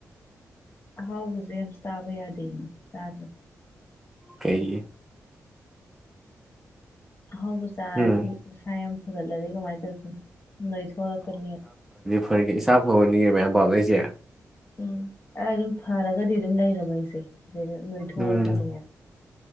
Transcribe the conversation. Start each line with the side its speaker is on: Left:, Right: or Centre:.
Left: ꯍꯥꯎ ꯍꯧꯁꯦ ꯑꯃꯁꯁꯨ ꯇꯥꯕ ꯌꯥꯗꯦ ꯆꯥꯗ꯭ꯔꯣ
Centre: ꯀꯩꯌꯦ
Left: <inaudible> ꯑꯍꯥꯎꯕ ꯆꯥꯔꯗꯤ
Centre: ꯎꯝ
Left: ꯃꯁꯥ ꯌꯥꯝ ꯐꯒꯠꯂꯗꯤꯦ ꯀꯃꯥꯏ ꯇ ꯑꯗꯨꯅ ꯏ ꯊꯣ ꯍꯗꯛꯛꯇꯅꯤ
Centre: ꯐꯒꯤꯦ ꯏꯁꯥ ꯐꯕꯅꯤꯒꯤ ꯃꯌꯥꯝ ꯄꯥꯎ ꯂꯩꯁꯦ
Left: ꯎꯝ ꯑꯩ ꯑꯗꯨꯝ ꯐꯔꯒꯗꯤ ꯑꯗꯨꯝ ꯂꯩꯔꯕ ꯑꯩꯁꯦ ꯑꯗꯨꯩ ꯅꯣꯏꯊꯣꯛꯑꯀꯅꯤꯉ
Centre: ꯎꯝ